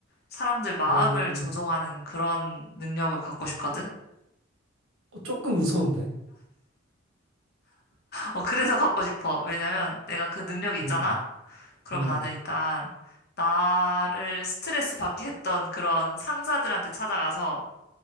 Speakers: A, on the left (about 50°); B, on the right (about 85°).
A: 사람들 마음을
B: 아, 어,
A: 조종하는 그런 능력을 갖고 싶거든?
B: 조금 무서운데?
A: 어, 그래서 갖고 싶어. 왜냐면 내가 그 능력이 있잖아?
B: 음,
A: 그러면
B: 음,
A: 나는 일단 나를 스트레스 받게 했던 그런 상사들한테 찾아가서